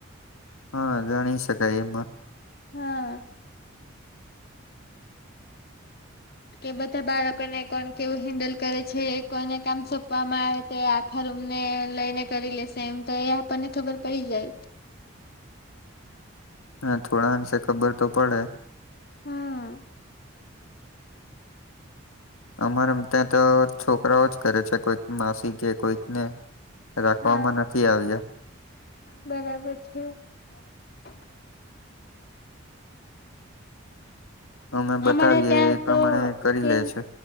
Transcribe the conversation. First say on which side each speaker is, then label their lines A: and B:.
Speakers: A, on the left; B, on the left.
A: હા જાણી શકાય એમાં.
B: હાંઆ. કે બધા બાળકોને કોણ કેવું હેન્ડલ કરે છે કોને કામ સોંપવામાં આવે? તે આખા રૂમ ને લઈને કરી લેશે એમ તો એ આપણને ખબર પડી જાય.
A: હા થોડા અંશે ખબર તો પડે.
B: હમ.
A: અમારામ ત્યાં તો છોકરાઓ જ કરે છે કોઈક માસી કે કોઈક ને, રાખવામાં
B: હા
A: નથી આવ્યા.
B: બરાબર છે. <unintelligible>
A: અમે બતાવીએ
B: અમારે ત્યાં
A: એ પ્રમાણે
B: તો
A: કરી
B: તે
A: લે છે.